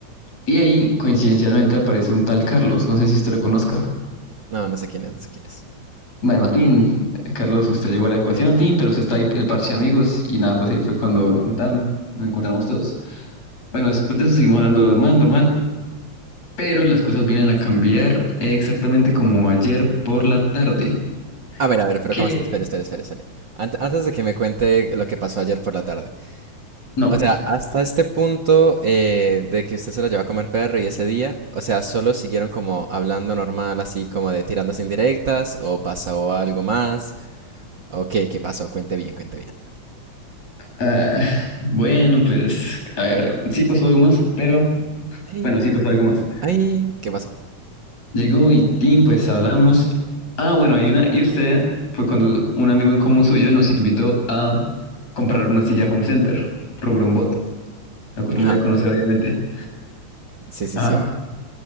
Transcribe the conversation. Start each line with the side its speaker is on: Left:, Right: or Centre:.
Left: Y ahí, coincidencialmente, aparece un tal Carlos. No sé si usted lo conozca.
Right: No, no sé quién es, no sé quién es.
Left: Bueno, Tin, Carlos, usted llegó a la ecuación, Tin, pero usted está ahí, el parche de amigos, y nada, pues ahí fue cuando tan, nos encontramos todos. Bueno, después de eso seguimos hablando normal, normal, pero las cosas vienen a cambiar exactamente como ayer por la tarde.
Right: A ver, a ver, pero
Left: ¿Qué?
Right: ¿cómo así? Espera, espera, espera, espera. Ant- antes de que me cuente lo que pasó ayer por la tarde.
Left: No.
Right: O sea, hasta este punto eh, de que usted se la llevó a comer perro y ese día, o sea, solo siguieron como hablando normal, así como de tirándose indirectas, o pasó algo más, o qué, qué pasó, cuente bien, cuente bien.
Left: Ah, bueno, pues, a ver, sí pasó algo más, pero,
Right: Ay,
Left: bueno, sí pasó algo más.
Right: ay, ¿qué pasó?
Left: Llegó y Tim, pues hablamos. Ah, bueno, y una, y usted fue cuando un amigo en común suyo nos invitó a comprar una silla Home Center, Rugrombot. Lo, lo
Right: Ajá,
Left: debe conocer, obviamente.
Right: sí, sí,
Left: Ajá,
Right: sí, obvio.